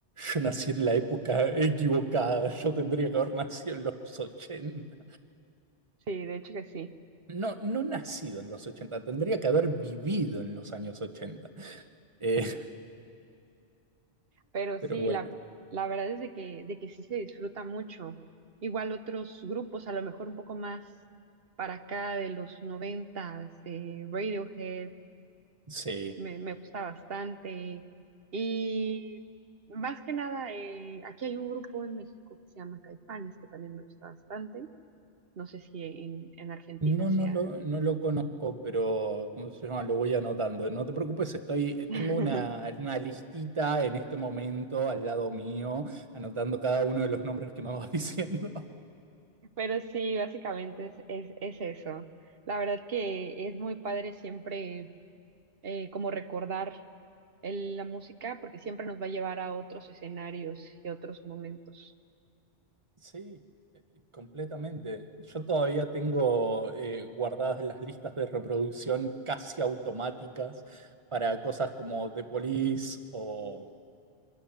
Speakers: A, on the right; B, on the right.
A: yo nací en la época equivocada, yo tendría que haber nacido en los ochenta
B: Sí, de hecho que sí.
A: No, no nacido en los ochenta tendría que haber vivido en los años ochenta Eh,
B: Pero
A: pero
B: sí,
A: bueno,
B: la, la verdad es de que, de que sí se disfruta mucho. Igual otros grupos, a lo mejor un poco más para acá de los noventas, eh, Radiohead,
A: sí.
B: me, me gusta bastante. Y más que nada, eh, aquí hay un grupo en México que se llama Caifanes, que también me gusta bastante. No sé si en, en Argentina
A: No,
B: sea.
A: no lo, no lo conozco, pero ¿cómo se llama? Lo voy anotando. No te preocupes, estoy, eh, tengo
B: <laughs>
A: una, una listita en este momento al lado mío, anotando cada uno de los nombres que me vas <laughs> diciendo.
B: Pero sí, básicamente es, es, es eso. La verdad que es muy padre siempre eh, como recordar el- la música, porque siempre nos va a llevar a otros escenarios y otros momentos.
A: Sí, eh, completamente. Yo todavía tengo eh, guardadas las listas de reproducción casi automáticas para cosas como The Police o